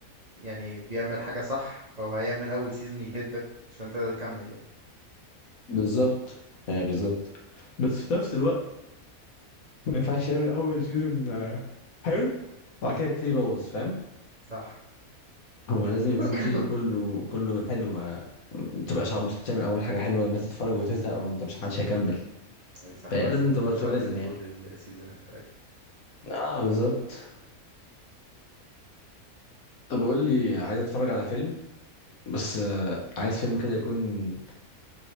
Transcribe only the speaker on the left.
بالظبط يعني بالظبط بس في نفس الوقت ما ينفعش يعمل اول سيزون حلو وبعد كده تبتدي يبوظ فاهم
هو لازم يكون
في كله كله حلو ما ما تبقاش عم تعمل اول حاجه حلوه الناس تتفرج وتزهق وما انت مش حدش هيكمل
فهي
لازم
تبقى
توازن
يعني
اه بالظبط طب قول لي عايز اتفرج على فيلم بس آه، عايز فيلم كده يكون